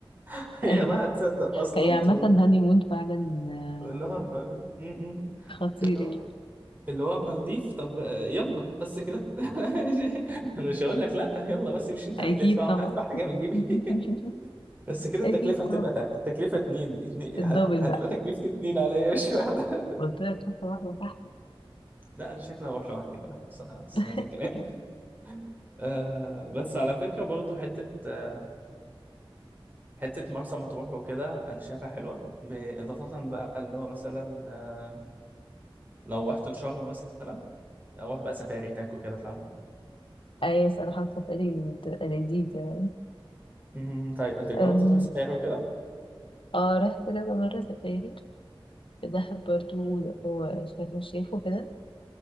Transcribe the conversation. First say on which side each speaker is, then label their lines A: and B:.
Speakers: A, on the right (about 20°); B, on the left (about 65°).
A: <laughs> هي
B: <laughs>
A: ما هتصدق أصلا
B: هي عامة
A: تقول
B: هاني مون فعلا آه،
A: لها فاهم م- م.
B: خطير
A: اللي هو
B: يعني
A: اللي هو مالديف طب آه، يلا بس كده <laughs> انا مش أنا مش هقول لك لا يلا بس مش انت
B: أكيد
A: اللي هتدفع
B: طبعا
A: وانا هدفع حاجه من جيبي
B: <laughs>
A: <laughs> بس كده التكلفه
B: أكيد
A: هتبقى
B: طبعا
A: تا- التكلفه اتنين اتنين
B: الدبل
A: هت- هتبقى
B: بقى
A: تكلفتي اتنين عليا مش واحده
B: قلت لك خطوة واحدة تحت
A: <laughs> لا انا شكلي هروح لوحدي خلاص انا سمعت
B: <laughs>
A: الكلام <laughs> آه بس على فكره برضو حته آه، حته مرسى مطروح وكده انا شايفها حلوه باضافه بقى اللي هو مثلا آه، لو رحت لشرم مثلا اروح بقى سفاري هناك وكده فاهم
B: أيوة بس أنا حاسة سفري بتبقى لذيذة يعني
A: أمم، طيب انت جربت
B: أم،
A: تروح سفاري وكده
B: اه رحت كذا مرة سفاري في دهب برضه وشرم الشيخ وكده